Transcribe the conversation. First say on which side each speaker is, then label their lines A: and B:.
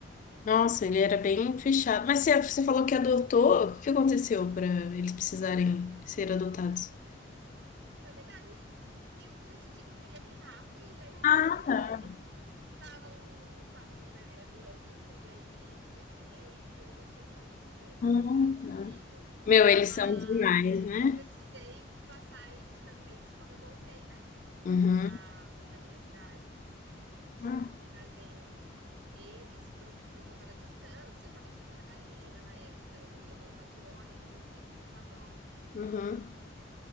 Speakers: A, on the left; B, on the right.
A: Nossa, ele era bem fechado. Mas você, você falou que adotou. O que aconteceu para eles precisarem ser adotados?
B: Na verdade, eu decidi que eu queria ter rato e aí eu
A: Ah,
B: <laughs> pesquisei
A: tá.
B: Estavam, estavam, né, doando, e aí eu peguei e eu gostei muito de ter,
A: Hum,
B: foi uma experiência
A: tá.
B: incrível.
A: Meu, eles
B: Mas
A: são demais, né?
B: eu precisei passar eles para frente quando eu voltei, né,
A: Uhum.
B: para para minha cidade. Eu não tinha
A: Ah,
B: como trazer eles por, por conta da distância, eu estava em Santa Catarina, na época eu ia voltar de ônibus, eu fiquei com muita dó.
A: Uhum.